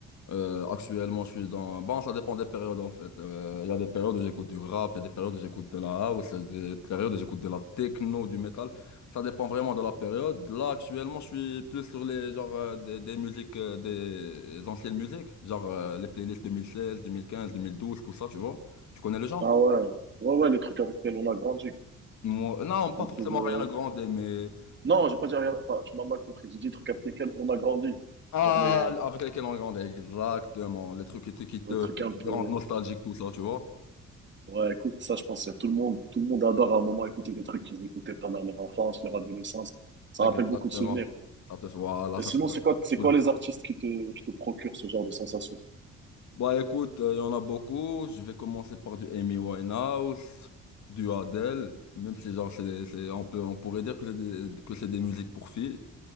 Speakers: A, on the left; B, on the right.
A: Euh, actuellement, je suis dans... Bon, ça dépend des périodes, en fait. Euh, Il y a des périodes où j'écoute du rap, il y a des périodes où j'écoute de la house, il y a des périodes où j'écoute de la techno, du métal. Ça dépend vraiment de la période. Là, actuellement, je suis plus sur les genre euh, des, des musiques, euh, des anciennes musiques, genre euh, les playlists 2016, 2015, 2012, tout ça, tu vois. Tu connais le genre?
B: Ah ouais, ouais, ouais, les trucs avec lesquels on a grandi.
A: Moi, non, pas
B: Un
A: forcément
B: peu de...
A: rien à grandir, mais...
B: Non, j'ai pas dit rien. Attends, tu m'as mal compris. J'ai dit les trucs avec lesquels on a grandi.
A: Ah,
B: Genre les,
A: avec lesquels on grandit, exactement. Les trucs qui te, qui te,
B: les trucs un
A: qui
B: peu.
A: te rendent nostalgique, tout ça, tu vois.
B: Ouais, écoute, ça, je pense que tout le monde, tout le monde adore à un moment écouter des trucs qu'ils écoutaient pendant leur enfance, leur adolescence. Ça
A: Exactement.
B: rappelle beaucoup de souvenirs.
A: Ça te voilà,
B: Et
A: ça
B: sinon,
A: te fait.
B: c'est quoi, c'est
A: Cool.
B: quoi les artistes qui te, qui te procurent ce genre de sensation?
A: Bah écoute, euh, il y en a beaucoup. Je vais commencer par du Amy Winehouse, du Adele, même si genre c'est, c'est- on peut, on pourrait dire que c'est des, que c'est des musiques pour filles,